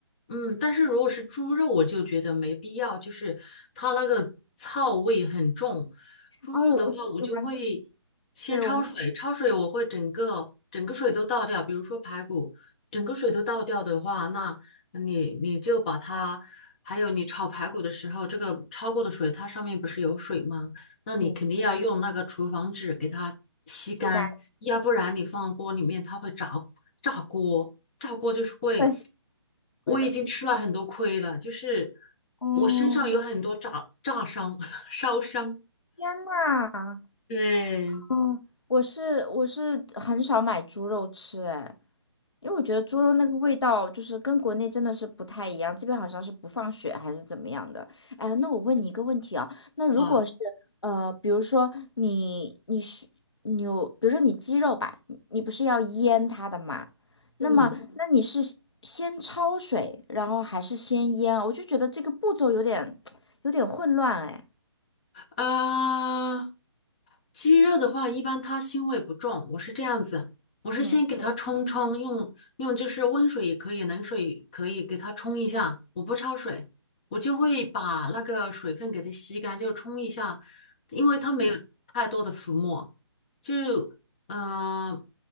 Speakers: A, on the left (about 20°); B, on the left (about 70°).
A: 嗯，但是如果是猪肉，我就觉得没必要，就是它那个臊味很重。猪肉的话，
B: 啊，我我不喜欢吃，
A: 我就会先焯水，
B: 对我们
A: 焯水我会整个整个水都倒掉，比如说排骨，整个水都倒掉的话，那你你就把它，还有你炒排骨的时候，这个焯过的水，它上面不是有水吗？那你肯定要用那个厨房纸给它吸干，
B: 嗯，膝盖，
A: 要不然你放锅里面它会炸炸锅。炸锅就是会，
B: 对，
A: 我已经吃了很多亏了，
B: 会的。
A: 就是
B: 嗯，
A: 我身上有很多炸炸伤、<laughs> 烧伤
B: 天呐！
A: 对，
B: 嗯，我是我是很少买猪肉吃，哎，因为我觉得猪肉那个味道就是跟国内真的是不太一样，这边好像是不放血还是怎么样的。哎，那我问你一个问题啊，那如果是呃，
A: 啊，
B: 比如说你你是牛，比如说你鸡肉吧，你你不是要腌它的嘛？
A: 嗯，
B: 那么嗯那你是先焯水，然后还是先腌啊？我就觉得这个步骤有点 <tsk> 有点混乱，哎，
A: 呃，鸡肉的话，一般它腥味不重，我是这样子，我是先给它冲冲，
B: 嗯
A: 用用就是温水也可以，冷水也可以给它冲一下，我不焯水，我就会把那个水分给它吸干，就冲一下，因为它没有太多的浮沫，就呃